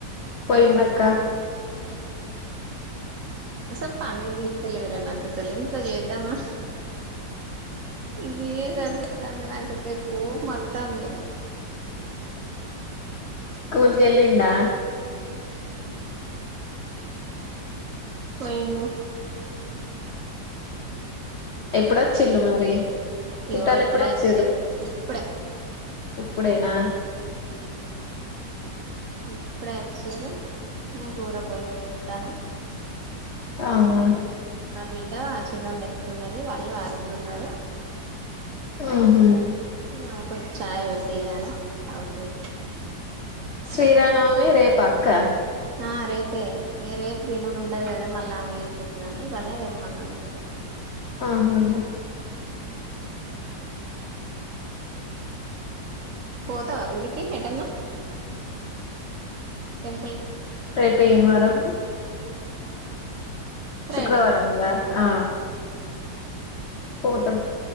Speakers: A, on the left (about 65°); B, on the right (about 55°).
A: పోనక్క
B: సొప్ప అనేదిర్తలవరా నాకుస ఎంత చేద్దమ్మా ఇదిదర్బద్ మంది నాకు తెకువ మత్తంది
A: స్కూల్కి వెళ్ళిడా
B: పోయిడు
A: ఎప్పుడొచ్చిళ్ళు మరి చుట్టాలు
B: ఇగో ఇప్పుడే
A: ఎప్పుడుచ్చారు
B: వచ్చిరు ఇప్పుడే
A: ఇప్పుడైనా
B: ఇప్పుడే అచ్చీరు నేను కూ కూర పోయిందిది ఎత్తానా
A: అవునా
B: నా బిడ్డ ఆ చిన్నొన్ని ఎత్తుకున్నది వాళ్ళు ఆ రూముల ఉన్నారు
A: ఆహా
B: ఇగ ఆమెకు కొం చాయ వెట్టియాలే తాగుతది
A: శ్రీరామనవమి రేపా అక్క
B: ఆ రేపే ఇగ రేపు తినుడు ఉండది కదా మళ్ళా ఆమె ఏళ్ళిపోతదని ఇవల్నే తేమన్న అన్నట్టు
A: ఆహాహా
B: ఉ పోతావా గుడికి ఎటన్నా టెంపుల్ కి
A: రేపు ఏం వారం
B: ఫ్రైడే
A: శుక్రవారం గాద ఆ పోతం